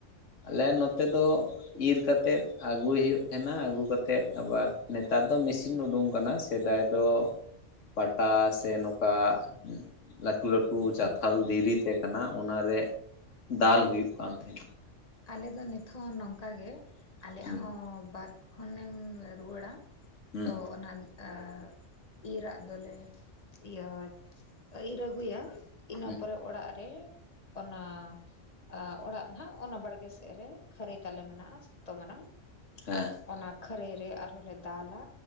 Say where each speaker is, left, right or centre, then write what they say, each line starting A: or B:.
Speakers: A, on the left; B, on the left.
A: ᱟᱞᱮ ᱱᱚᱛᱮ ᱫᱚ ᱤᱨ ᱠᱟᱛᱮᱜ ᱟᱹᱜᱩᱭ ᱦᱩᱭᱩᱜ ᱛᱟᱦᱮᱸᱱᱟ ᱟᱹᱜᱩ ᱠᱟᱛᱮᱫ ᱟᱵᱟᱨ ᱱᱮᱛᱟᱨ ᱫᱚ ᱢᱮᱥᱤᱱ ᱩᱰᱩᱝ ᱟᱠᱟᱱᱟ ᱥᱮᱫᱟᱭ ᱫᱚ ᱯᱟᱴᱟ ᱥᱮ ᱱᱚᱠᱟ ᱾ ᱞᱟᱹᱴᱩ ᱞᱟᱹᱴᱩ ᱪᱟᱛᱷᱟᱞ ᱫᱷᱤᱨᱤ ᱛᱮ ᱠᱟᱱᱟ ᱚᱱᱟ ᱨᱮ ᱫᱟᱞ ᱦᱩᱭᱩᱜ ᱠᱟᱱ ᱛᱟᱦᱮᱱᱟ ᱾
B: ᱟᱞᱮ ᱫᱚ ᱱᱤᱛ ᱦᱚᱸ ᱱᱚᱝᱠᱟ ᱜᱮ ᱟᱞᱮᱼᱟᱜ
A: ᱦᱩᱸ
B: ᱦᱚᱸ ᱵᱟᱛ ᱠᱷᱚᱱᱮᱝ ᱨᱩᱣᱟᱹᱲᱟ
A: ᱦᱩᱸ
B: ᱛᱚ ᱚᱱᱟ ᱮᱸ ᱤᱨᱟᱜ ᱫᱚᱞᱮ ᱤᱭᱟᱹ ᱟᱹ-ᱤᱨ ᱟᱹᱜᱩᱭᱟ ᱾ ᱤᱱᱟᱹ
A: ᱦᱮᱸ
B: ᱯᱚᱨᱮ ᱚᱲᱟᱜ ᱨᱮ ᱚᱱᱟ ᱟ ᱚᱲᱟᱜ ᱱᱟᱦᱟᱜ ᱚᱱᱟ ᱵᱟᱲ ᱜᱮ ᱥᱮᱜ ᱨᱮ ᱠᱷᱟᱹᱨᱟᱹᱭ ᱛᱟᱞᱮ ᱢᱮᱱᱟᱜᱼᱟ ᱥᱚᱠᱛᱚ ᱢᱟᱨᱟᱝ ᱾
A: ᱦᱮᱸ ᱾
B: ᱚᱱᱟ ᱠᱷᱟᱹᱨᱟᱹᱭ ᱨᱮ ᱟᱨᱦᱚᱸ ᱞᱮ ᱫᱟᱞᱟ